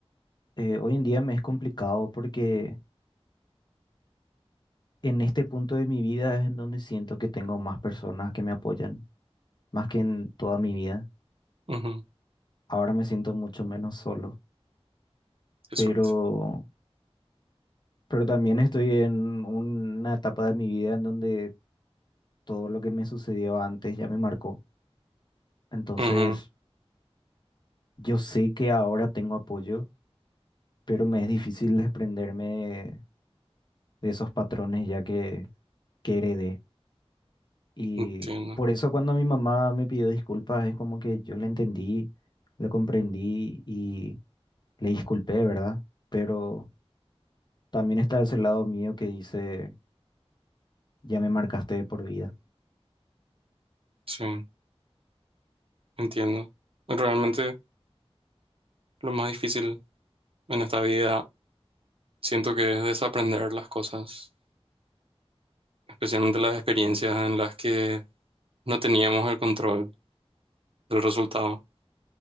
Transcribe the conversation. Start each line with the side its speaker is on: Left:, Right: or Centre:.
Left: eh, hoy en día me es complicado porque en este punto de mi vida es en donde siento que tengo más personas que me apoyan, más que en toda mi vida.
Right: Ujú,
Left: Ahora me siento mucho menos solo,
Right: Qué
Left: pero,
Right: suerte.
Left: pero también estoy en una etapa de mi vida en donde todo lo que me sucedió antes ya me marcó. Entonces,
Right: Ujú,
Left: yo sé que ahora tengo apoyo, pero me es difícil desprenderme de, de esos patrones ya que, que heredé. Y
Right: Entiendo.
Left: por eso cuando mi mamá me pidió disculpas, es como que yo le entendí, lo comprendí y le disculpé, ¿verdad? Pero también está ese lado mío que dice, ya me marcaste de por vida.
Right: Sí, entiendo. Realmente lo más difícil en esta vida siento que es desaprender las cosas, especialmente las experiencias en las que no teníamos el control del resultado.